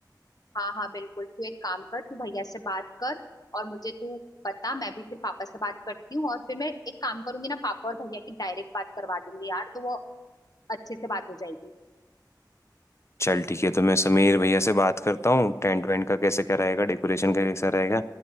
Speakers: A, on the left; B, on the left.
A: हाँ हाँ बिल्कुल तू एक काम कर तू भैया से बात कर और मुझे तू बता मैं भी फिर पापा से बात करती हूँ और फिर मैं एक काम करूंगी ना पापा और भैया की डायरेक्ट बात करवा दूंगी यार तो वो अच्छे से बात हो जाएगी
B: चल ठीक है तो मैं समीर भैया से बात करता हूँ टेंट वेंट का कैसे क्या रहेगा डेकोरेशन का कैसा रहेगा